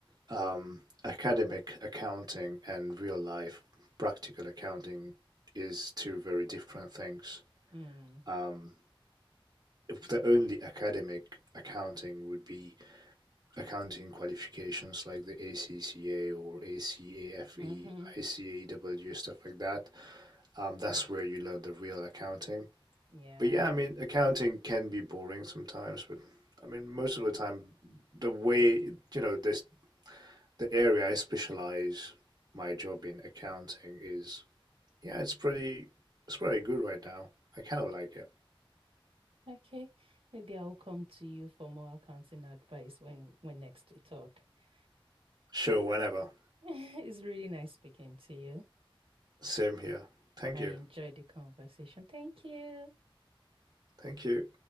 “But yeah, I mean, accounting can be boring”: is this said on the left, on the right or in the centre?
Right